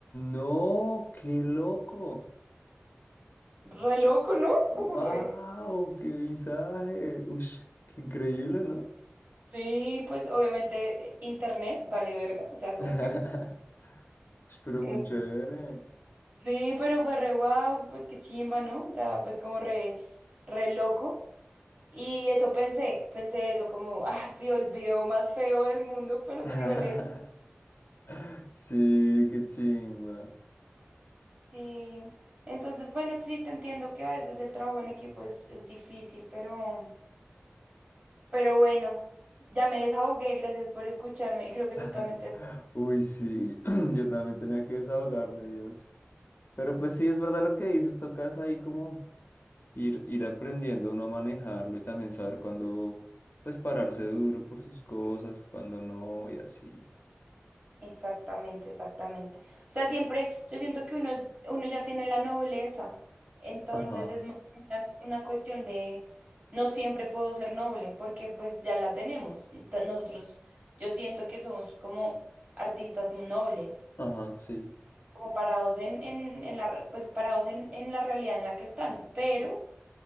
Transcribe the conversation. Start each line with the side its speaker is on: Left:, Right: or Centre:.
Left: No, qué loco.
Right: Re loco, ¿no?
Left: Wow,
Right: Como re.
Left: qué visaje. Uy, qué increíble, ¿no?
Right: Sí, pues obviamente eh, internet vale verga, o sea, como
Left: <laughs>
Right: que...
Left: Espero
Right: eh,
Left: muy chévere.
Right: sí, pero fue re guau, pues qué chimba, ¿no? O sea, pues como re, re loco. Y eso pensé, pensé eso, como, <laughs> ah, vio el video más feo del mundo, pero
Left: <laughs>
Right: pues digo, le...
Left: Sí, qué chimba.
Right: Sí, entonces, bueno, sí, te entiendo que a veces el trabajo en equipo es, es difícil, pero, pero bueno, ya me desahogué, gracias por escucharme y creo que
Left: <laughs>
Right: tú también te...
Left: Uy, sí, <clears throat> yo también tenía que desahogarme, Dios. Pero pues sí, es verdad lo que dices, tocas ahí como ir, ir aprendiendo uno a manejarlo y también saber cuándo, pues, pararse duro por sus cosas, cuándo no y así.
Right: Exactamente, exactamente. O sea, siempre yo siento que uno, es- uno ya tiene la nobleza, entonces
Left: Ajá,
Right: es más una, una cuestión de no siempre puedo ser noble porque pues ya la tenemos. Ento- Nosotros, yo siento que somos como artistas mu- nobles,
Left: ajá, sí,
Right: como parados en, en, en la, re- pues parados en, en la realidad en la que están, pero,